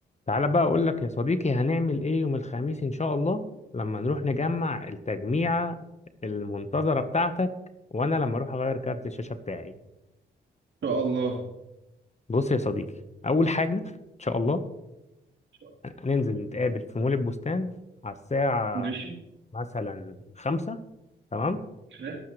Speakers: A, on the left; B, on the right.
A: تعالى بقى اقول لك يا صديقي هنعمل ايه يوم الخميس ان شاء الله لما نروح نجمع التجميعة المنتظرة بتاعتك وانا لما اروح اغير كارت الشاشة بتاعي
B: شاء الله إن
A: بص يا صديقي اول حاجة ان شاء الله
B: شاء الله.
A: هننزل نتقابل في مول البستان على الساعة
B: ماشي
A: مثلا خمسة تمام
B: حلو